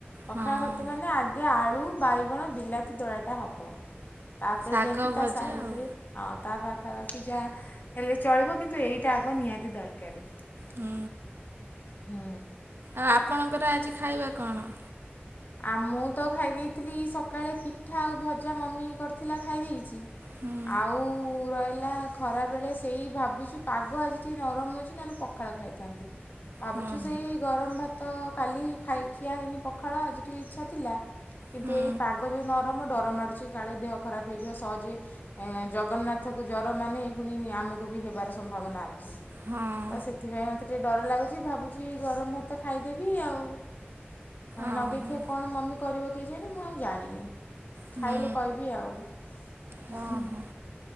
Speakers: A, on the left (about 50°); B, on the right (about 65°).
A: ପଖାଳ
B: ହଁ
A: ଭାତ ମାନେ ଆ ଆଜ୍ଞା ଆଳୁ ବାଇଗଣ ବିଲାତି ଦଳାଟା ହବ ତାପରେ
B: ଶାଗ
A: ଯାଇକି
B: ଭଜା
A: ତା ସାଇଡ଼ରେ
B: ଆଉ
A: ହଁ ତା ପାଖାପାଖି ଯାହା ହେଲେ ଚଳିବ କିନ୍ତୁ ଏଇଟା ଆଗ ନିହାତି ଦରକାରୀ।
B: ହୁଁ।
A: ହୁଁ।
B: ଆଉ ଆପଣଙ୍କର ଆଜି ଖାଇବା କଣ?
A: ଆ ମୁଁ ତ ଖାଇ ଦେଇଦେଇଥିଲି ସକାଳେ ପିଠା ଆଉ ଭଜା ମମି କରିଥିଲା ଖାଇ ଦେଇଛି।
B: ହୁଁ
A: ଆଉ ରହିଲା। ଖରାବେଳେ ସେଇ ଭାବିଛୁ ପାଗ ଆଜି ଟିକିଏ ନରମ ଅଛି ନହେଲେ ପଖାଳ ଖାଇଥାନ୍ତି। ଭାବୁଛୁ
B: ହଁ
A: ସେଇ ଗରମ ଭାତ କାଲି ଖିଆ ହେଇନି ପଖାଳ ଆଜି ଟିକେ ଇଚ୍ଛା ଥିଲା। କିନ୍ତୁ
B: ହୁଁ
A: ଏଇ ପାଗ ଯୋଉ ନରମ ଡରମାଡୁଛି କାଳେ ଦେହ ଖରାପ ହେଇଯିବ ସହଜେ ଏ ଜଗନ୍ନାଥକୁ ଜର ମାନେ ପୁଣି ଆମକୁ ବି ହେବାର ସମ୍ଭାବନା ଅଛି।
B: ହଁ
A: ତ ସେ ସେଥିପାଇଁ ମୋତେ ଟିକି ଡର ଲାଗୁଛି ଭାବୁଛି ଗରମ ଭାତ ଖାଇଦେବି ଆଉ
B: ଓହୋ
A: ନଗେଇକି ଦେଖିଆ କଣ ମମି କରିବ କେଜାଣି ମୁଁ ଆଉ ଜାଣିନି।
B: ହୁଁ
A: ଖାଇଲେ କହିବି ଆଉ।
B: ହଁ ହଁ।